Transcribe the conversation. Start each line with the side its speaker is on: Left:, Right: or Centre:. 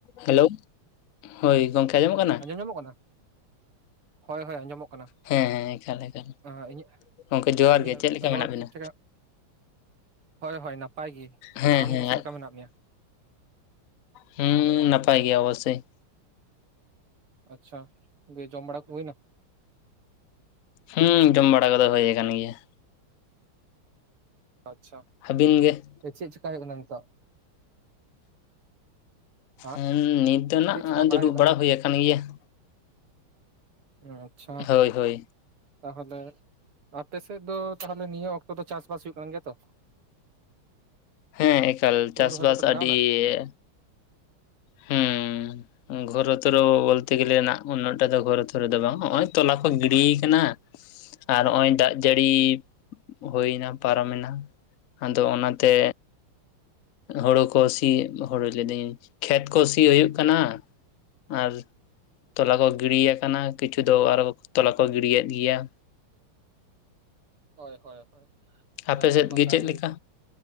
Left: <inaudible> Hello. ᱦᱚᱭ ᱜᱚᱝᱠᱮ ᱟᱸᱡᱚᱢᱚᱜ ᱠᱟᱱᱟ?
Right: ᱟᱸᱡᱚᱢᱚᱜ ᱠᱟᱱᱟ? ᱦᱚᱭ-ᱦᱚᱭ ᱟᱸᱡᱚᱢᱚᱜ ᱠᱟᱱᱟ
Left: ᱦᱮᱸ ᱦᱮᱸ ᱮᱠᱟᱞ ᱮᱠᱟᱞ
Right: ᱟᱸ-ᱤᱧᱟᱹᱜ
Left: ᱜᱚᱝᱠᱮ ᱡᱚᱦᱟᱨ
Right: ᱤᱧᱟᱹᱜ
Left: ᱜᱮ ᱪᱮᱫ ᱞᱮᱠᱟ
Right: ᱨᱚᱲ
Left: ᱢᱮᱱᱟᱜ ᱵᱤᱱᱟ
Right: ᱴᱷᱤᱠ ᱴᱷᱟᱠ ᱦᱚᱭ-ᱦᱚᱭ ᱱᱟᱯᱟᱭ ᱜᱤ ᱾
Left: ᱦᱮᱸ
Right: ᱟᱢ
Left: ᱦᱮᱸ
Right: ᱜᱤ ᱪᱤᱜ ᱞᱮᱠᱟ ᱢᱮᱱᱟᱜ ᱢᱮᱭᱟ?
Left: ᱦᱩᱸ ᱱᱟᱯᱟᱭ ᱜᱮᱭᱟ ᱚᱵᱚᱥᱥᱚᱭ ᱾
Right: ᱟᱪᱪᱷᱟ, ᱫᱤᱭᱮ ᱡᱚᱢ ᱵᱟᱲᱟ ᱠᱚ ᱦᱩᱭᱱᱟ?
Left: ᱦᱩᱸ ᱡᱚᱢ ᱵᱟᱲᱟ ᱠᱚᱫᱚ ᱦᱚᱭ ᱠᱟᱱ ᱜᱮᱭᱟ ᱾
Right: ᱟᱪᱪᱷᱟ ᱾
Left: ᱦᱟᱵᱤᱱ ᱜᱮ?
Right: ᱪᱮᱜ ᱪᱮᱠᱟ ᱦᱩᱭᱩᱜ ᱠᱟᱱᱟ ᱱᱤᱛᱚᱜ? ᱦᱟᱸ
Left: ᱦᱮᱸᱻ ᱱᱤᱛ ᱱᱟᱜ
Right: ᱪᱮᱫ ᱪᱮᱠᱟ ᱵᱟᱲᱟᱭ
Left: ᱫᱩᱲᱩᱵ
Right: ᱦᱩᱭᱩᱜ
Left: ᱵᱟᱲᱟ ᱦᱩᱭ ᱟᱠᱟᱱ ᱜᱮᱭᱟ ᱾
Right: ᱚᱸ ᱟᱪᱪᱷᱟ
Left: ᱦᱳᱭ ᱦᱳᱭ
Right: ᱾ ᱛᱟᱦᱚᱞᱮ ᱟᱯᱮ ᱥᱮᱫ ᱫᱚ ᱛᱟᱦᱚᱞᱮ ᱱᱤᱭᱟᱹ ᱚᱠᱛᱚ ᱫᱚ ᱪᱟᱥᱼᱵᱟᱥ ᱦᱩᱭᱩᱜ ᱠᱟᱱ ᱜᱮᱭᱟ ᱛᱚ?
Left: ᱦᱮᱸ, ᱮᱠᱟᱞ
Right: ᱦᱩᱲᱩ
Left: ᱪᱟᱥᱼᱵᱟᱥ
Right: ᱨᱚᱦᱚᱭ ᱠᱚᱯᱮ ᱞᱟᱜᱟᱣᱱᱟ?
Left: ᱟᱰᱤᱻ ᱮ ᱦᱮᱸᱻ ᱾ ᱜᱷᱚᱨᱚ ᱛᱚᱨᱚ ᱵᱚ-ᱵᱚᱞᱛᱮ ᱜᱮᱞᱮ ᱱᱟᱜ ᱩᱱᱟᱹᱜ ᱴᱟ ᱫᱚ ᱜᱷᱚᱨᱚ ᱛᱷᱚᱨᱚ ᱫᱚ ᱵᱟᱝ ᱦᱚᱸᱜᱼᱚᱭ ᱛᱚᱞᱟ ᱠᱚ ᱜᱤᱰᱤᱭ ᱠᱟᱱᱟ ᱾ ᱟᱨ ᱦᱚᱜ-ᱚᱭ ᱫᱟᱜ ᱡᱟᱹᱲᱤ ᱦᱩᱭ ᱱᱟ ᱯᱟᱨᱚᱢ ᱮᱱᱟ ᱟᱫᱚ ᱚᱱᱟ ᱛᱮ ᱦᱳᱲᱳ ᱠᱚ ᱥᱤ ᱦᱳᱲᱳ ᱞᱟᱹᱭ ᱫᱟᱹᱧ ᱠᱷᱮᱛ ᱠᱚ ᱥᱤ ᱦᱩᱭᱩᱜ ᱠᱟᱱᱟ ᱾ ᱟᱨ ᱛᱚᱞᱟ ᱠᱚ ᱜᱤᱰᱤᱭ ᱟᱠᱟᱱᱟ ᱠᱤᱪᱷᱩ ᱫᱚ ᱟᱨᱚ ᱛᱚᱞᱟ ᱠᱚ ᱜᱤᱰᱤᱭᱮᱜ ᱜᱤᱭᱟ ᱾
Right: ᱦᱚᱭ-ᱦᱚᱭ-ᱦᱚᱭ,
Left: ᱟᱯᱮ
Right: ᱚᱱᱟ
Left: ᱥᱮᱫ
Right: ᱢᱟ
Left: ᱜᱮ
Right: ᱠᱟᱱ
Left: ᱪᱮᱫ
Right: ᱜᱤ
Left: ᱞᱮᱠᱟ
Right: ᱾